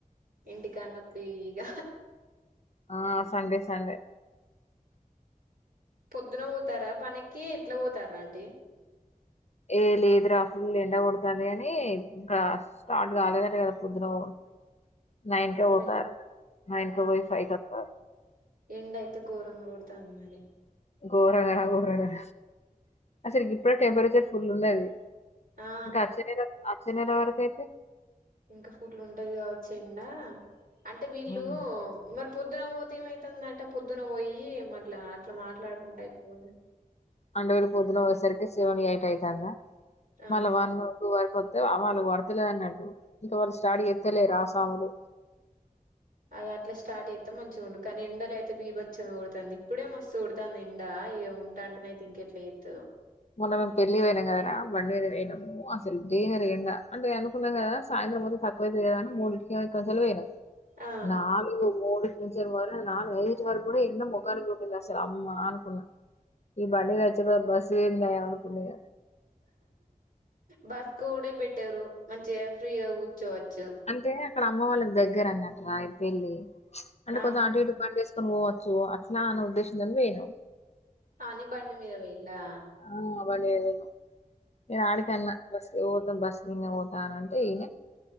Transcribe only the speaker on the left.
ఆ సండే సండె
ఏ లేదురా ఫుల్ ఎండ కొడుతాంది అని ఇక స్టార్ట్ కాలేద కదా పొద్దున పోవుడు నైన్ కే
పోతారు నైన్ కు పోయి ఫైవ్ కొస్తారు
ఘోరంగర ఘోరంగర అసలు ఇప్పుడె టెంపరేచర్ ఫుల్ ఉన్నది
గచ్చేనెల వచ్చే నెల వరకు అయితె
ఉమ్.
అందరు పొద్దున పోయేసరికి సెవెన్ ఎయిట్ అయితాంద
మల్ల వన్ను టూ వరక్ వస్తే వాళ్ళకి పడతలేన్నట్టు ఇంకా వాళ్ళు స్టార్ట్ చేస్తలేద రాసాములు
మొన్న మేమ్ పెళ్ళి పోయినాం కదరా బండి పోయినాము అసలు తీవ్ర ఎండా అంటే అనుకున్నాం కదా సాయంత్రంతే తకువైతే కదాని మూడింటికి ఇక్కడి నుంచి పోయినం
నాల్గు మూడు నాలుగు ఐదు వరకు కూడా ఎండ ముఖానికొట్టింద అసలు అమ్మా అనుకున్నా ఈ బండి మీద వచ్చే బదలు బస్ దేవుని దయ అనుకున్నాయిగా
అంటే అక్కడ అమ్మ వాళ్ళక్ దగ్గర అన్నట్రా ఈ పెళ్ళి అంటే
కొంచెం అటు ఇటు బండి ఎసుకోని ని పోవచ్చు అట్లా అనే ఉద్దేశంతోనే పోయినం
ఆ! బండి మీద పోయినాము నేను ఆడి కన్నా బస్సు ఇగ పోతావ్ బస్సు మీద పోతా అంటే ఈనె